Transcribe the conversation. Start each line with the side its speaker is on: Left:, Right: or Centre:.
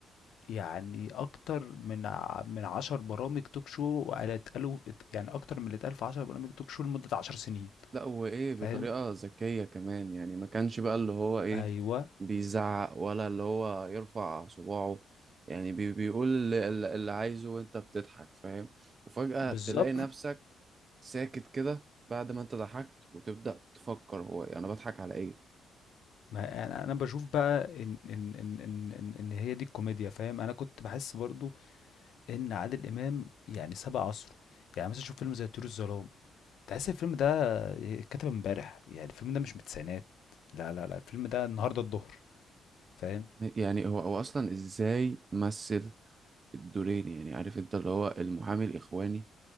Left: يعني أكتر من ع... من عشر برامج توك شو اتقالوا يعني أكتر من اللي اتقال في عشر برامج توك شو لمدة عشر سنين
Right: لا هو ايه بطريقة
Left: فاهم؟
Right: ذكية كمان يعني ما كانش بقى اللي هو ايه
Left: أيوه
Right: بيزعق ولا اللي هو يرفع صباعه يعني بي بيقول اللي, اللي اللي عايزه وانت بتضحك فاهم وفجأة
Left: بالظبط
Right: تلاقي نفسك ساكت كده بعد ما انت ضحكت وتبدأ تفكر هو انا يعني بضحك على ايه
Left: ما يعني أنا بشوف بقى إن إن إن إن إن إن هي دي الكوميديا فاهم؟ أنا كنت بحس برضو إن عادل إمام يعني سبق عصره يعني مثلا شوف فيلم زي طيور الظلام تحس الفيلم ده اتكتب امبارح يعني الفيلم ده مش من التسعينات لا لا لا الفيلم ده النهارده الظهر فاهم؟
Right: يعني هو هو اصلا ازاي مثل الدورين يعني عارف انت اللي هو المحامي الاخواني